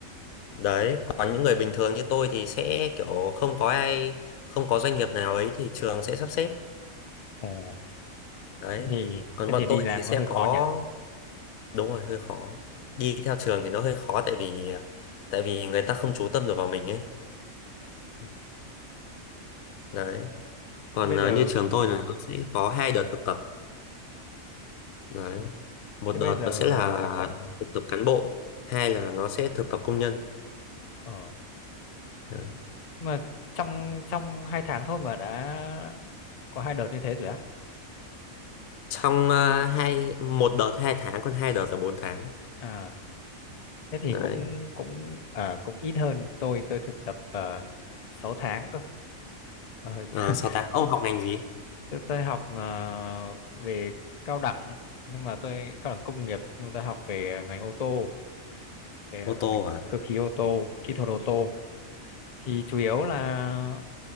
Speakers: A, on the left; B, on the left.
A: đấy còn những người bình thường như tôi thì sẽ kiểu không có ai không có doanh nghiệp nào ấy thì trường sẽ sắp xếp
B: Ồ,
A: đấy
B: thế thì
A: còn
B: thế
A: bọn
B: thì đi
A: tôi
B: làm
A: thì sẽ
B: nó hơi
A: có
B: khó nhỉ?
A: đúng rồi hơi khó đi theo trường thì nó hơi khó tại vì à, tại vì người ta không chú tâm được vào mình ấy
B: Ừ.
A: đấy còn
B: thế bây
A: à,
B: giờ
A: như trường tôi là nó sẽ có hai đợt thực tập đấy
B: ờ,
A: một
B: thế
A: đợt
B: bây giờ
A: nó sẽ là
B: ờ
A: Dạ vâng. thực tập cán bộ hai là nó sẽ thực tập công nhân
B: ờ,
A: đấy.
B: mà trong trong hai tháng thôi mà đã có hai đợt như thế rồi á
A: trong ờ, hai một đợt hai tháng còn hai đợt là bốn tháng
B: à thế thì
A: đấy
B: cũng cũng à, cũng ít hơn tôi tôi thực tập uh, 6 tháng cơ Ờ,
A: Ờ,
B: <laughs>
A: sáu tháng ông học ngành gì
B: chứ tôi học ờ, về cao đẳng nhưng mà tôi cao đẳng công nghiệp nhưng mà tôi học về ngành ô tô về
A: ô tô
B: ngành
A: hả
B: cơ khí ô tô kỹ thuật ô tô thì chủ yếu là